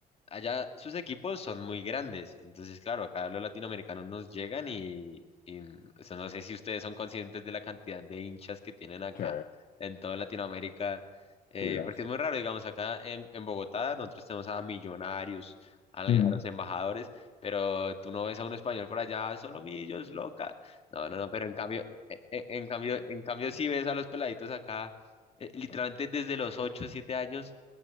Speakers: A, on the left; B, on the left.
A: allá sus equipos son muy grandes, entonces claro, acá los latinoamericanos nos llegan y, y, o sea, no sé si ustedes son conscientes de la cantidad de hinchas que tienen acá
B: Sí,
A: en toda Latinoamérica, eh,
B: tú dirás.
A: porque es muy raro, digamos, acá en, en Bogotá nosotros tenemos a millonarios, al-
B: Mm.
A: a, los embajadores, pero tú no ves a un español por allá, solo millos, loca. No, no, no, pero en cambio, e- e- en, cambio, en cambio sí ves a los peladitos acá, eh, literalmente desde los 8 7 años